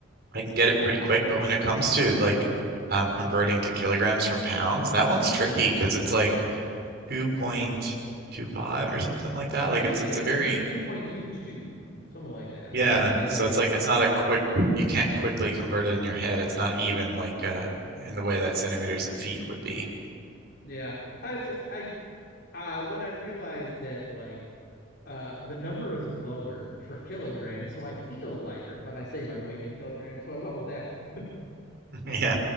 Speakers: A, on the right; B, on the left.
A: I can get
B: yeah
A: it pretty quick. But when it comes to like um, converting to kilograms from pounds, that one's tricky because it's like two point two five or something like that. Like
B: Uh, yeah
A: it's it's a very
B: i think it's 2.22 something like that
A: yeah.
B: but i'm not exactly
A: So it's like
B: sure
A: it's not a quick. You can't quickly convert it in your head. It's not even like uh in the way that centimeters and feet would be.
B: yeah i, I uh, when i realized that like uh, the number is lower for kilograms, so I feel lighter when I say my weight in kilograms. So I went with that one.
A: <laughs> Yeah,